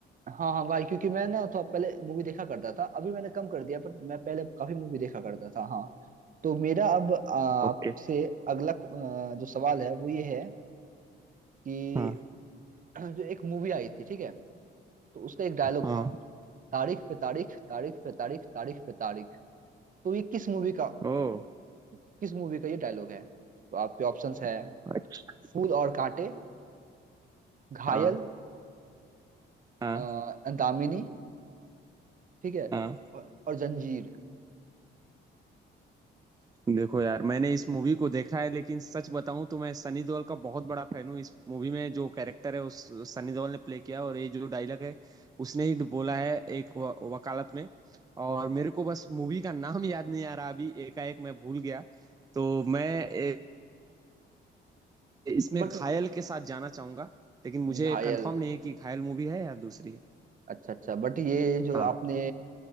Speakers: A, on the right; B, on the right.
A: हाँ हाँ भाई क्योंकि मैं ना तो पहले मूवी देखा करता था अभी मैंने कम कर दिया पर मैं पहले काफी मूवी देखा करता था हाँ तो मेरा अब आ,
B: ओके
A: आपसे अगला आ, जो सवाल है वो ये है कि
B: हाँ
A: <clears throat> जो एक मूवी आई थी ठीक है तो उसका एक डायलॉग
B: हाँ
A: था तारीख पे तारीख तारीख पे तारीख तारीख पे तारीख तो ये किस मूवी का
B: ओ
A: किस मूवी का ये डायलॉग है तो आपके ऑप्शंस है
B: अच्छा
A: फूल और कांटे घायल
B: हाँ हाँ
A: आ, दामिनी ठीक है
B: हाँ
A: और, और जंजीर
B: देखो यार मैंने इस मूवी को देखा है लेकिन सच बताऊं तो मैं सनी देओल का बहुत बड़ा फैन हूँ इस मूवी में जो कैरेक्टर है उस उस सनी देओल ने प्ले किया और ये जो डायलॉग है उसने ही बोला है एक व, वकालत में और मेरे को बस मूवी का नाम <laughs> याद नहीं आ रहा अभी एकाएक मैं भूल गया तो मैं ए, इसमें
A: तो बट
B: घायल के साथ जाना चाहूंगा लेकिन मुझे
A: घायल
B: कंफर्म नहीं है कि घायल मूवी है या दूसरी है
A: अच्छा अच्छा बट ये जो
B: हाँ
A: आपने